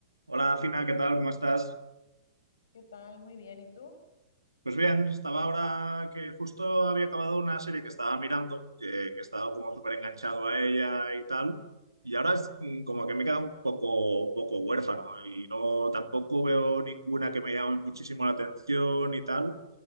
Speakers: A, on the right; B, on the left.
A: Hola, Fina, ¿qué tal? ¿Cómo estás?
B: ¿Qué tal? Muy bien. ¿Y tú?
A: Pues bien, estaba ahora que justo había acabado una serie que estaba mirando, que, que estaba como súper enganchado a ella y tal, y ahora es mm, como que me queda un poco, un poco huérfano y no tampoco veo ninguna que me llame muchísimo la atención y tal.